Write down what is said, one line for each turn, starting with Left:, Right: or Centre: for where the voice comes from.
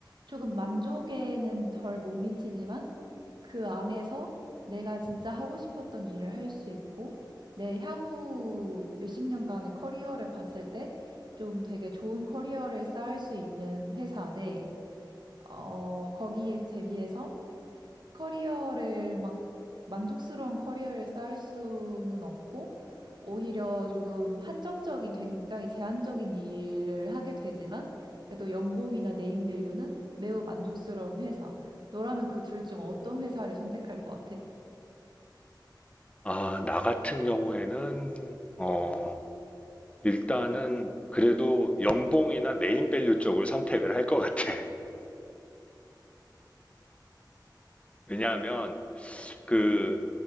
Right: 조금 만족에는 덜 못 미치지만 그 안에서 내가 진짜 하고 싶었던 일을 할 수 있고, 내 향후 몇십 년간의 커리어를 봤을 때 좀 되게 좋은 커리어를 쌓을 수 있는 회사 대, 어, 거기에 대비해서 커리어를 막 만족스러운 커리어를 쌓을 수는 없고 오히려 조금 한정적인 굉장히 제한적인 일을 하게 되지만 그래도 연봉이나 네임밸류는 매우 만족스러운 회사. 너라면 그 둘 중 어떤 회사를 선택할 것 같아?
Left: 아, 나 같은 경우에는 어, 일단은 그래도 연봉이나 네임밸류 쪽을 선택을 할 것 같아. <laughs> 왜냐하면 그